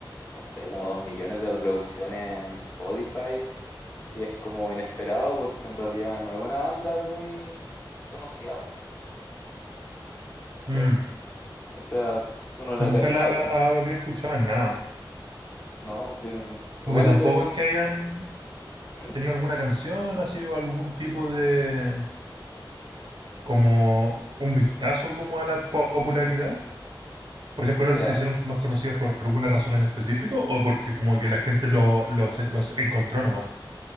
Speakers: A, on the left (about 20°); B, on the right (about 60°).
A: no sé, como dos millones de reproducciones en Spotify, y es como inesperado porque en realidad no es una banda muy conocida, po, ¿cachai?
B: Mm.
A: O sea, tú no la
B: Nunca
A: cachabas,
B: la
A: pues,
B: había escuchado en nada.
A: ¿no? Sí, mm,
B: Porque
A: igual
B: tampoco
A: de...
B: es que hayan
A: ¿Mm?
B: tenido alguna canción, ha sido algún tipo de como un vistazo como a la popularidad? Por ejemplo,
A: O sea...
B: ahora se hicieron más conocidos por alguna razón en específico o porque como que la gente lo- los, los encontró nomás.